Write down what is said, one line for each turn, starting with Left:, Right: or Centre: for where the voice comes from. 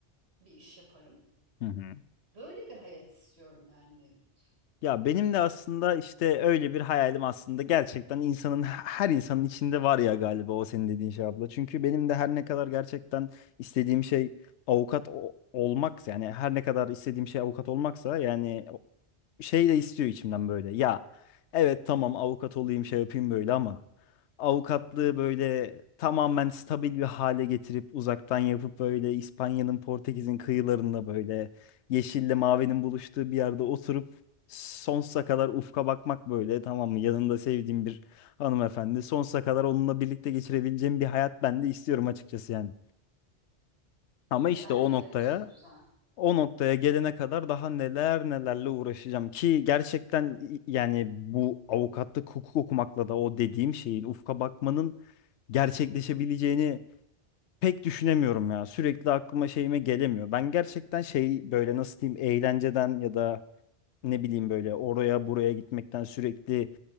Right: bir iş yaparım.
Left: Hı hı.
Right: Böyle bir hayat istiyorum yani Mevlüt.
Left: Ya benim de aslında işte öyle bir hayalim aslında gerçekten insanın her insanın içinde var ya galiba o senin dediğin şey abla. Çünkü benim de her ne kadar gerçekten istediğim şey avukat o- olmak yani her ne kadar istediğim şey avukat olmaksa yani şey de istiyor içimden böyle. Ya evet tamam avukat olayım şey yapayım böyle ama avukatlığı böyle tamamen stabil bir hale getirip uzaktan yapıp böyle İspanya'nın Portekiz'in kıyılarında böyle yeşille mavinin buluştuğu bir yerde oturup sonsuza kadar ufka bakmak böyle tamam mı? Yanında sevdiğim bir hanımefendi sonsuza kadar onunla birlikte geçirebileceğim bir hayat ben de istiyorum açıkçası yani. Ama işte
Right: Yani
Left: o noktaya
Right: evet çok güzel.
Left: o noktaya gelene kadar daha neler nelerle uğraşacağım ki gerçekten i- yani bu avukatlık hukuk okumakla da o dediğim şeyin ufka bakmanın gerçekleşebileceğini pek düşünemiyorum ya. Sürekli aklıma şeyime gelemiyor. Ben gerçekten şey böyle nasıl diyeyim eğlenceden ya da ne bileyim böyle oraya buraya gitmekten sürekli